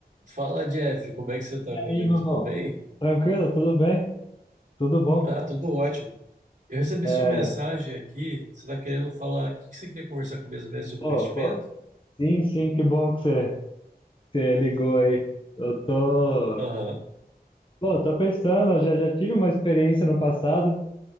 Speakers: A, on the right; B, on the left.
A: Fala, Jeff, como é que você tá,
B: E aí,
A: meu amigo?
B: meu
A: Tudo
B: bom?
A: bem?
B: Tranquilo? Tudo bem? Tudo bom?
A: Ah, tudo ótimo. Eu recebi
B: É,
A: sua mensagem aqui. Você tá querendo falar. O que que você queria conversar comigo mesmo sobre
B: pô,
A: investimento?
B: pô, sim, sim, que bom que você, você ligou aí. Eu tô,
A: Aham,
B: pô, tô pensando, eu já, já tive uma experiência no passado,